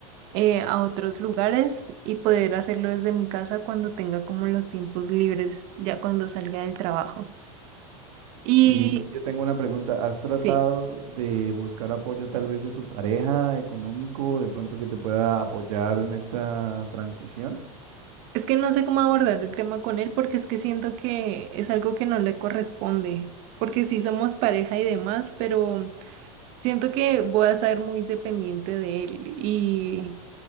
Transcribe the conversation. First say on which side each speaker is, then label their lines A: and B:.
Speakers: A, on the right; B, on the right.
A: eh, a otros lugares y poder hacerlo desde mi casa cuando tenga como los tiempos libres, ya cuando salga del trabajo. Y
B: Y yo tengo una pregunta, ¿has tratado
A: sí,
B: de buscar apoyo tal vez de tu pareja económico, de pronto que te pueda apoyar en esta transición?
A: es que no sé cómo abordar el tema con él porque es que siento que es algo que no le corresponde, porque sí somos pareja y demás, pero... Siento que voy a ser muy dependiente de él y,